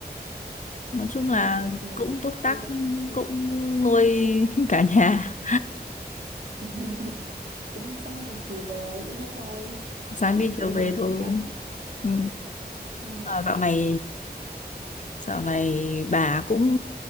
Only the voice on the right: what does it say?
ừ, ừ, ừ.
Ok. Ừ.
<laughs> cũng sáng đi chiều về như thế thôi
yên
yên
ắng ắng
ừ.